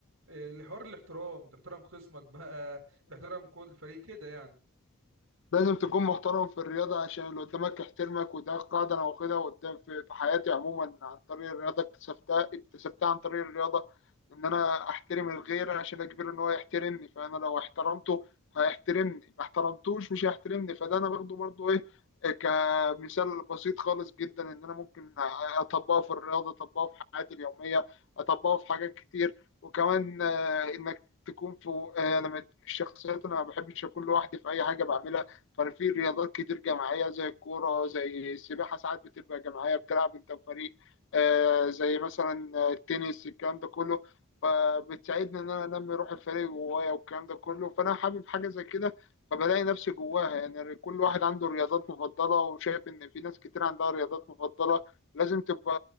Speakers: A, on the right; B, on the left.
A: آه، الحوار الاحترام تحترم خصمك بقى تحترم قوة الفريق كده يعني
B: لازم تكون محترم في الرياضة عشان اللي قدامك يحترمك وده قاعدة أنا واخدها قدام في في حياتي عموما عن طريق الرياضة اكتسبتها اكتسبتها عن طريق الرياضة إن أنا أحترم الغير عشان أجبره إن هو يحترمني فأنا لو احترمته هيحترمني ما احترمتوش مش هيحترمني فده أنا باخده برضه إيه كمثال بسيط خالص جدا إن أنا ممكن أطبقه في الرياضة أطبقه في حياتي اليومية أطبقه في حاجات كتير وكمان آه، إنك تكون في آه، أنا من الشخصيات أنا ما بحبش أكون لوحدي في أي حاجة بعملها فانا في رياضات كتير جماعيه زي الكوره زي السباحه ساعات بتبقى جماعيه بتلعب انت وفريق آه زي مثلا آه، التنس الكلام ده كله فبتساعدني ان انا انمي روح الفريق جوايا والكلام ده كله فانا حابب حاجه زي كده فبلاقي نفسي جواها يعني كل واحد عنده رياضات مفضله وشايف ان في ناس كتير عندها رياضات مفضله لازم تبقى